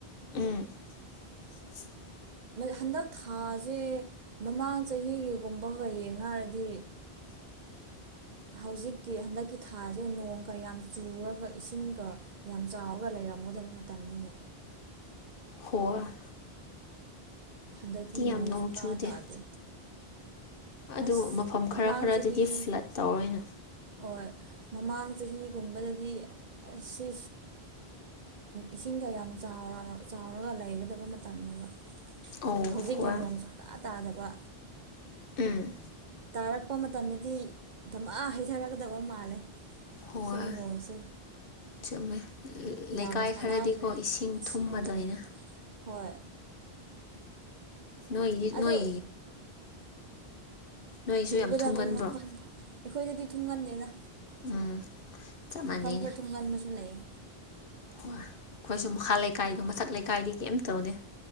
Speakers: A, on the left; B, on the right.
A: ꯎꯝ <inaudible>
B: ꯍꯟꯗꯛ ꯊꯥꯁꯦ ꯃꯃꯥꯡ ꯆꯍꯤꯒꯤꯒꯨꯝꯕ ꯍꯣꯏ ꯌꯦꯡꯅꯔꯗꯤ
A: <unintelligible>
B: ꯍꯧꯖꯤꯛꯀꯤ ꯍꯟꯗꯛꯀꯤ ꯊꯥꯁꯦ ꯅꯣꯡꯒ ꯌꯥꯝ ꯆꯨꯔꯒ ꯏꯁꯤꯡꯒ ꯌꯥꯝ ꯆꯥꯎꯔꯒ ꯂꯩꯔꯝꯒꯗꯕ ꯃꯇꯝꯅꯤꯅꯦ
A: ꯍꯣꯋꯥ
B: ꯍꯟꯗꯛꯇꯤ ꯅꯣꯡꯁꯨ
A: ꯌꯥꯝ ꯅꯣꯡ
B: ꯀꯥ
A: ꯆꯨꯗꯦ
B: ꯇꯥꯗꯦ
A: ꯑꯗꯨ
B: ꯑꯁ
A: ꯃꯐꯝ ꯈꯔ
B: ꯃꯃꯥꯡ
A: ꯈꯔꯗꯗꯤ
B: ꯆꯍꯤ
A: ꯐ꯭ꯂꯠ ꯇꯧꯔꯦꯅ
B: ꯍꯣꯏ ꯃꯃꯥꯡ ꯆꯍꯤꯒꯨꯝꯕꯗꯗꯤ ꯑꯁꯤ ꯏꯁꯤꯡꯒ ꯌꯥꯝ ꯆꯥꯎꯔꯒ ꯆꯥꯎꯔꯒ ꯂꯩꯒꯗꯕ ꯃꯇꯝꯅꯤꯕ
A: ꯑꯣ
B: ꯍꯧꯖꯤꯛꯅ
A: ꯍꯣꯏ
B: ꯅꯣꯡ ꯁꯨꯡꯇꯥ ꯇꯥꯗꯕ
A: ꯎꯝ
B: ꯇꯥꯔꯛꯄ ꯃꯇꯝꯗꯗꯤ ꯙꯃꯥ ꯍꯩꯊꯔꯛꯀꯗꯕ ꯃꯥꯜꯂꯦ
A: ꯍꯣꯏ
B: ꯁꯤꯒꯤ ꯅꯣꯡꯁꯦ
A: ꯆꯨꯝꯃꯦ ꯂꯩꯀꯥꯏ
B: ꯌꯥꯝ ꯁꯥꯟꯅꯈ꯭ꯔꯦ
A: ꯈꯔꯗꯤꯀꯣ ꯏꯁꯤꯡ ꯊꯨꯝꯃꯗꯣꯏꯅꯦ
B: ꯎꯝ ꯍꯣꯏ
A: ꯅꯣꯏꯒꯤ
B: ꯑꯗꯨ
A: ꯅꯣꯏ ꯅꯣꯏꯁꯨ
B: ꯆꯨꯒꯗꯕ
A: ꯌꯥꯝ ꯊꯨꯝꯒꯟꯕ꯭ꯔꯣ
B: ꯃꯐꯝꯗꯣ ꯑꯩꯈꯣꯏꯗꯗꯤ ꯊꯨꯡꯒꯟꯗꯦꯗ
A: ꯎꯝ ꯆꯞ ꯃꯥꯟꯅꯩꯅꯦ
B: ꯃꯐꯝ ꯈꯔ ꯊꯨꯝꯒꯟꯕꯁꯨ ꯂꯩꯌꯦ
A: ꯍꯣꯏ ꯑꯩꯈꯣꯏꯁꯨ ꯃꯈꯥ ꯂꯩꯀꯥꯏꯗꯣ ꯃꯊꯛ ꯂꯩꯀꯥꯏꯗꯤ ꯀꯩꯝꯇꯧꯗꯦ